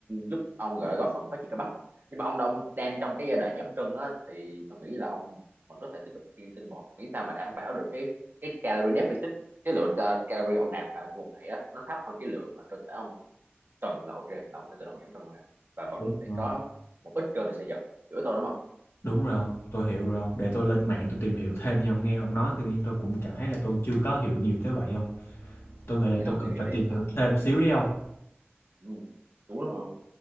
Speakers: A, on the right (about 50°); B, on the left (about 75°).
A: giúp ông gọi là góp phần phát triển cơ bắp nhưng mà ông đông đang trong cái giai đoạn giảm cân á thì tôi nghĩ là ông vẫn có thể tiếp tục kiêng tinh bột miễn sao mà đảm bảo được cái cái calorie deficit cái lượng ca- calorie ông nạp vào trong một ngày á nó thấp hơn cái lượng mà cơ thể ông Trần là ok là ông sẽ tự động giảm Trần thôi à. và vẫn
B: Đúng
A: sẽ
B: rồi,
A: có một ít cơ được xây dựng hiểu tôi đúng không
B: đúng rồi không Tôi hiểu rồi không Để tôi lên mạng tôi tìm hiểu thêm nha, ông nghe ông nói tự nhiên tôi cũng cảm thấy là tôi chưa có hiểu nhiều tới vậy không Tôi
A: ờ,
B: nghĩ là
A: cái
B: tôi
A: đó ông
B: cần
A: tìm hiểu
B: phải
A: đi
B: tìm hiểu
A: thật
B: thêm xíu đi không
A: ừ, đúng lắm không